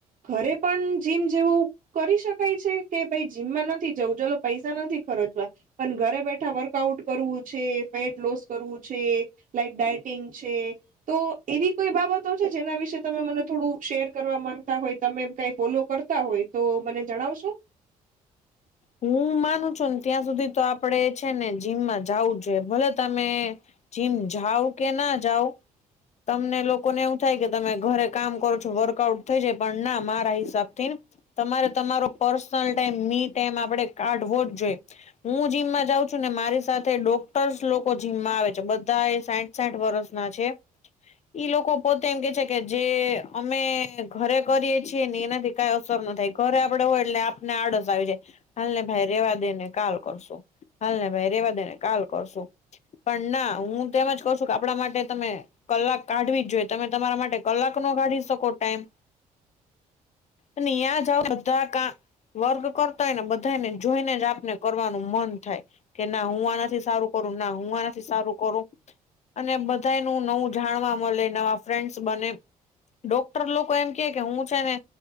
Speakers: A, on the right; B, on the left.
A: ઘરે પણ જીમ જેવું કરી શકાય છે કે ભઈ જીમમાં નથી જવું, ચલો પૈસા નથી ખરચવા પન ઘરે બેઠા વર્કઆઉટ કરવું છે, ફેટ લોસ કરવું છે. લાઈક ડાયટિંગ છે તો એવી કોઈ બાબતો છે જેના વિશે તમે મને થોડું શેર કરવા માંગતા હોય? તમેમ એમ કાંઈ ફોલો કરતા હોય તો મને જણાવશો? <inaudible>
B: હું માનું છું ને ત્યાં સુધી તો આપડે છે ને જીમમાં જાવું જોઈએ. ભલે તમે જીમ જાવ કે ના જાઓ તમને લોકોને એવું થાય કે તમે ઘરે કામ કરો છો, વર્કઆઉટ થઈ જાય પણ ના મારા હિસાબ થીન. તમારે તમારો પર્સનલ ટાઈમ મી ટાઈમ આપડે કાઢવો જ જોઈએ. હું જીમમાં જાઉં છું, ને મારી સાથે ડોક્ટર્સ લોકો જીમમાં આવે છે. બધા સાઈઠ સાઈઠ વરસના છે.
A: <inaudible>
B: ઈ લોકો પોતે એમ કે છે કે જે અમે ઘરે કરીએ છીએ ને એનાથી કાંઈ અસર ન થાય. ઘરે આપડે હોય એટલે આપને આળસ આવી જાય. હાલ ને ભાઈ રહેવા દે ને કાલ કરશું, હાલ ને ભાઈ રહેવા દે ને કાલ કરશું. પણ ના, હું તો એમ જ કઉ છું કે આપડા માટે તમે કલાક કાઢવી જ જોઈએ. તમે તમારા માટે કલાક નો કાઢી શકો ટાઈમ? પન ન્યા જાઓ બધા કા વર્ગ કરતા હોય ને બધાને જોઈને જ આપને કરવાનું મન થાય. કે ના હું આના થી સારું કરું, ના હું આનાથી સારું કરું. અને બધાય નું નવું જાણવા મલે, નવા ફ્રેન્ડસ બને, ડોક્ટર લોકો એમ ક્યે કે હું છે ને